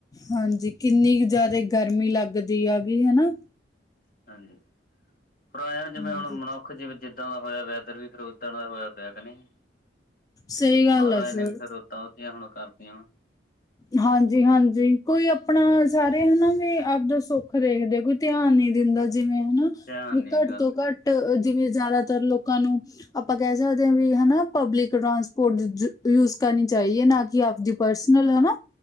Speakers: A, on the left; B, on the left.
A: ਹਾਂਜੀ ਕਿੰਨੀ ਕੁ ਜਿਆਦਾ ਗਰਮੀ ਲੱਗਦੀ ਐਗੀ ਹਨਾ।
B: ਹਾਂਜੀ, ਪਰ ਆਏ ਆ ਨਾ ਜਿਵੇਂ
A: ਹਾਂਜੀ
B: ਹੁਣ ਮਨੁੱਖ ਜਿਵੇ ਜਿ ਇੱਦਾਂ ਦਾ ਹੋਇਆ ਪਿਆ ਵੈਦਰ ਵੀ ਫਰ ਉੱਦਾਂ ਦਾ ਹੋਇਆ ਪਿਆ ਕਿ ਨਈ,
A: ਸਹੀ ਗੱਲ
B: ਮਹਾਰਾਜ
A: ਆ ਸਰ
B: ਨੇ ਵੀ ਫਿਰ ਤਾ ਉਹ ਦੀਆਂ ਹੁਣ ਕਰਤੀਆ।
A: ਹਾਂਜੀ-ਹਾਂਜੀ ਕੋਈ ਆਪਣਾ ਸਾਰੇ ਹਨਾ ਵੀ ਆਪਦਾ ਸੁੱਖ ਦੇਖਦੇ ਕੋਈ ਧਿਆਨ ਨਈ ਦਿੰਦਾ ਜਿਵੇਂ ਹਨਾ,
B: ਧਿਆਨ
A: ਵੀ
B: ਦੀ
A: ਘੱਟ
B: ਗੱਲ
A: ਤੋਂ
B: ਸੀ
A: ਘੱਟ ਜਿਵੇਂ ਜ਼ਿਆਦਾਤਰ ਲੋਕਾਂ ਨੂੰ ਆਪਾਂ ਕਹਿ ਸਕਦੇ ਹਾਂ ਵੀ ਹਨਾ ਪਬਲਿਕ ਟਰਾਂਸਪੋਰਟ ਯੂ-ਯੂਜਸ ਕਰਨੀ ਚਾਹੀਏ ਨਾ ਕਿ ਆਪਦੀ ਪਰਸਨਲ ਹਨਾ,